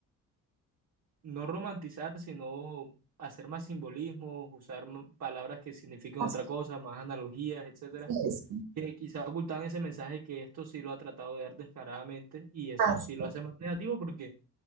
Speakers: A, on the right (about 45°); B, on the right (about 60°).
A: no romantizar, sino hacer más simbolismos, usar m- palabras que significan
B: Así
A: otra cosa, más analogías, etcétera,
B: es.
A: que quizá ocultan ese mensaje que esto sí lo ha tratado de dar descaradamente y eso
B: Así
A: sí lo
B: es.
A: hace más negativo porque